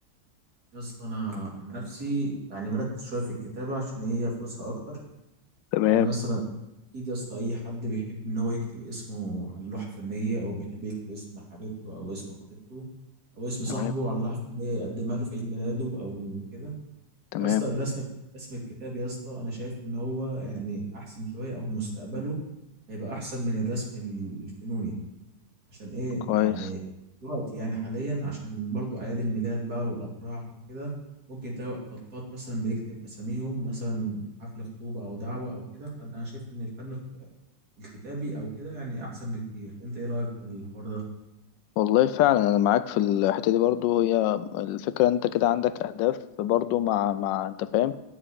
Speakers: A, on the right; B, on the left.
A: يا اسطى انا عن نفسي يعني مركز شويه في الكتابه عشان هي فلوسها اكتر
B: تمام
A: يعني مثلا اكيد يا اسطى اي حد بيحب ان هو يكتب اسمه على لوحه فنيه او بيحب يكتب اسم حبيبته او اسم خطيبته او اسم صاحبه
B: تمام
A: على لوحه فنيه يقدمها له في عيد ميلاده او كده
B: تمام
A: يا اسطى الرسم رسم الكتاب يا اسطى انا شايف ان هو يعني احسن شويه او مستقبله هيبقى احسن من الرسم ال- الفنوني عشان ايه
B: كويس
A: يعني دلوقتي يعني حاليا عشان برضو اعياد الميلاد بقى والافراح وكده ممكن تلاقي خطاط مثلا بيكتب اساميهم مثلا حفل خطوبه او دعوه او كده فانا شايف ان الفن الك- الكتابي او كده يعني احسن بكتير انت ايه رايك في الحوار ده
B: والله فعلا انا معاك في الحته دي برضو هي الفكره انت كده عندك اهداف برضو مع مع انت فاهم